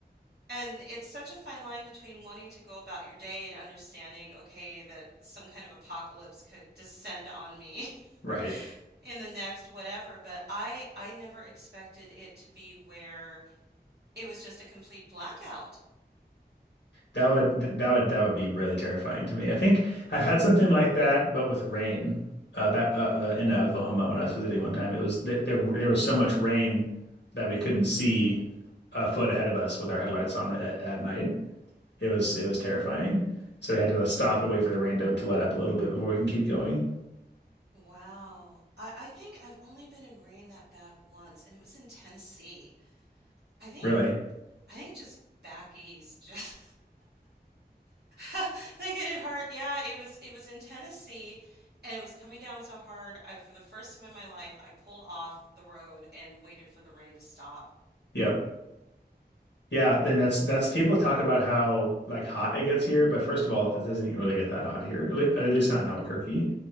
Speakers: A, on the right; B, on the left.
A: And it's such a fine line between wanting to go about your day and understanding, okay, that some kind of apocalypse could descend on me
B: Right.
A: <laughs> in the next whatever, but I I never expected it to be where it was just a complete blackout.
B: That would that would that would be really terrifying to me. I think I've had something like that, but with rain uh, back uh, uh, in uh, Oklahoma when I was visiting one time. It was th there there was so much rain that we couldn't see a foot ahead of us with our headlights on at, at night. It was it was terrifying. So we had to stop and wait for the rain to, to let up a little bit before we can keep going.
A: Wow. I, I think I've only been in rain that bad once, and it was in Tennessee. I think
B: Really?
A: I think just back east, just <laughs> they get it hard. Yeah, it was it was in Tennessee and it was coming down so hard. I for the first time in my life, I pulled off the road and waited for the rain to stop.
B: Yep. Yeah, then that's that's people talk about how like hot it gets here, but first of all, it doesn't really get that hot here, at le- at least not in Albuquerque.